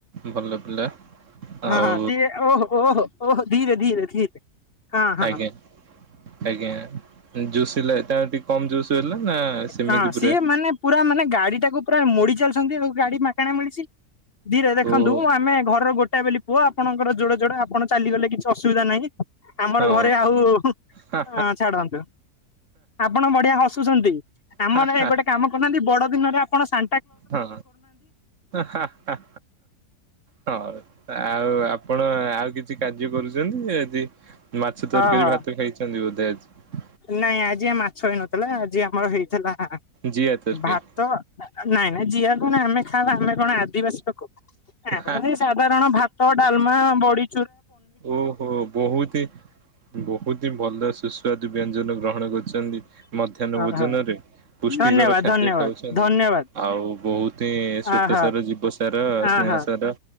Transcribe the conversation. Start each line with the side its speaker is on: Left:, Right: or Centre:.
Right: ଭଲ ପିଲା
Left: ହଁ
Right: ଆଉ
Left: ତିଏ ଓହୋ ଓହୋ ଓହୋ ଧୀରେ ଧୀରେ ଧୀରେ। ହଁ ହଁ।
Right: ଆଜ୍ଞା ଆଜ୍ଞା ଜୁସିଲାଟା ଟିଏ କମ୍ ଜୁସ୍। ହେଲା ନା ସେମିତି
Left: ହଁ ସିଏ
Right: ପୁରା
Left: ମାନେ ପୁରା ମାନେ ଗାଡ଼ିଟାକୁ ପୁରା ମୋଡ଼ି ଚାଲଛନ୍ତି ଆଉ ଗାଡ଼ି ମାଗଣା ମିଳିଛି। ଧୀରେ ଦେଖନ୍ତୁ
Right: ଓହୋ ହଁ।
Left: ଆମେ ଘରର ଗୋ ଟାଏ ବେଲି ପୁଅ ଆପଣଙ୍କର ଯୋଡ଼େ ଯୋଡ଼େ ଆପଣ ଚାଲିଗଲେ କିଛି ଅସୁବିଧା ନାହିଁ। ଆମର
Right: ହା
Left: ଘରେ ଆଉ
Right: ହା
Left: ଆ ଛାଡ଼ନ୍ତୁ ଆପଣ ବଢ଼ିଆ ହସୁଛନ୍ତି। ଆମ
Right: ହା
Left: ଧାଏ ଗୋଟେ କାମ କରୁନାହାନ୍ତି ବଡ଼ ଦିନରେ ଆପଣ ଶା
Right: ହଁ ହଁ ହଉ ଆଉ ଆ ଆପଣ ଆଉ କିଛି କାର୍ଯ୍ୟ କରୁଛନ୍ତି ଆଜି ମାଛ
Left: ହଁ
Right: ତରକାରୀ
Left: ହଁ
Right: ଭାତ ଖାଇଛନ୍ତି ବୋଧେ ଆଜି।
Left: ନାଇଁ ଆଜି ମାଛ ହେଇନଥିଲା ଆଜି ଆମର ହେଇଥିଲା ଆ
Right: ଜିଆ ତରକାରୀ
Left: ଭାତ ନାଇଁ ନାଇଁ ଜିଆ କଣ ଆମେ ଖାଉ ଆମେ କଣ ଆଦିବାସୀ ଲୋକ? ଆମେ
Right: ହା
Left: ବି ସାଧାରଣ ଭାତ, ଡାଲମା, ବଡ଼ି
Right: ଓହୋ ବହୁତ ହି ବହୁତ ହି ଭଲ ସୁସ୍ୱାଦୁ ବ୍ୟ ଞ୍ଜନ ଗ୍ରହଣ କରୁଚନ୍ତି ମଧ୍ୟାହ୍ନ
Left: ଓହୋ
Right: ଭୋଜନରେ ପୁଷ୍ଟିକର
Left: ଧନ୍ୟବାଦ
Right: ଖାଦ୍ୟ
Left: ଧନ୍ୟବାଦ
Right: ଖାଉଛନ୍ତି।
Left: ଧନ୍ୟବାଦ।
Right: ଆଉ ବହୁତ ହିଁ
Left: ଅହ
Right: ଶ୍ଵେତସାର, ଜୀବସାର,
Left: ଅହ
Right: ସ୍ନେହସାର